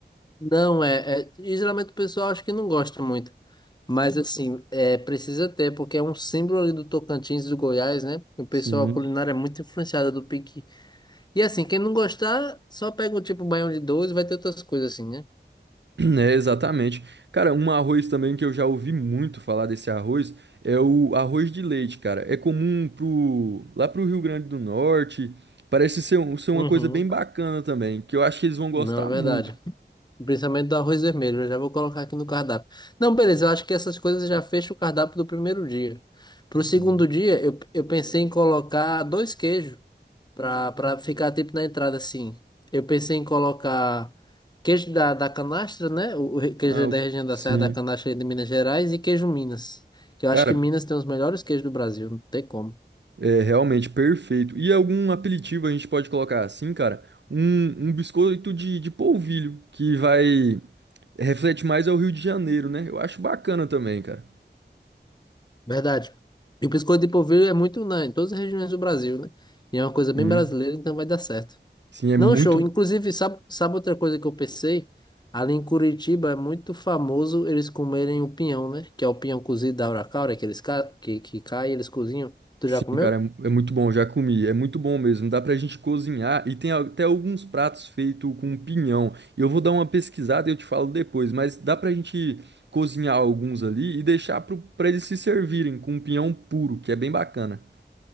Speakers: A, on the left; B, on the right.
A: Não, é, é. e Geralmente o pessoal acho que não gosta muito. Mas assim, é, precisa ter, porque é um símbolo ali do Tocantins, do Goiás, né? O pessoal,
B: Sim.
A: a culinária é muito influenciada do piqui. E assim, quem não gostar, só pega o tipo baião de dois e vai ter outras coisas assim, né?
B: É, exatamente. Cara, um arroz também que eu já ouvi muito falar desse arroz é o arroz de leite, cara. É comum pro, lá pro Rio Grande do Norte. Parece ser, um- ser uma
A: Uhum.
B: coisa bem bacana também, que eu acho que eles vão gostar
A: Não, é verdade.
B: muito.
A: Principalmente do arroz vermelho, eu já vou colocar aqui no cardápio. Não, beleza, eu acho que essas coisas já fecham o cardápio do primeiro dia. Pro segundo
B: Sim.
A: dia, eu, eu pensei em colocar dois queijos. Pra, pra ficar tipo na entrada assim. Eu pensei em colocar queijo da, da canastra, né? O, o re- queijo
B: Ah,
A: da
B: o-
A: região da
B: sim.
A: Serra da Canastra de Minas Gerais e queijo Minas. Que eu
B: Cara,
A: acho que Minas tem os melhores queijos do Brasil, não tem como.
B: é realmente perfeito. E algum apelitivo a gente pode colocar assim, cara? Um, um biscoito de, de polvilho, que vai... Reflete mais ao Rio de Janeiro, né? Eu acho bacana também, cara.
A: Verdade. E o biscoito de polvilho é muito unânime em todas as regiões do Brasil, né? E é uma coisa bem
B: Sim,
A: brasileira, então vai dar certo.
B: sim, é
A: Não,
B: muito.
A: show. Inclusive, sabe, sabe outra coisa que eu pensei? Ali em Curitiba é muito famoso eles comerem o pinhão, né? Que é o pinhão cozido da Aura Caura, que eles ca... que, que cai, eles cozinham. Tu
B: Sim,
A: já comeu?
B: cara, é mu- é muito bom, já comi, é muito bom mesmo. Dá pra gente cozinhar e tem al- até alguns pratos feitos com pinhão. E eu vou dar uma pesquisada e eu te falo depois, mas dá pra gente cozinhar alguns ali e deixar pro, pra eles se servirem com pinhão puro, que é bem bacana.